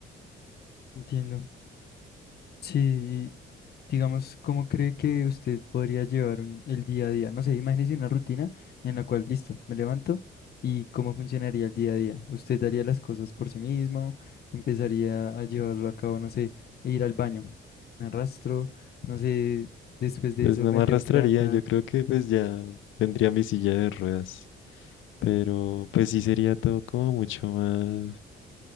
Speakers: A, on the left; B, on the left.
A: entiendo. Sí, y digamos, ¿cómo cree que usted podría llevar un- el día a día? No sé, imagínese una rutina en la cual, listo, me levanto y cómo funcionaría el día a día. ¿Usted daría las cosas por sí mismo? ¿Empezaría a llevarlo a cabo, no sé, e ir al baño? ¿Me arrastro? No sé, después de
B: Pues
A: eso
B: no
A: me
B: me
A: tengo
B: arrastraría,
A: que levantar.
B: yo creo que pues ya tendría mi silla de ruedas, pero pues sí sería todo como mucho más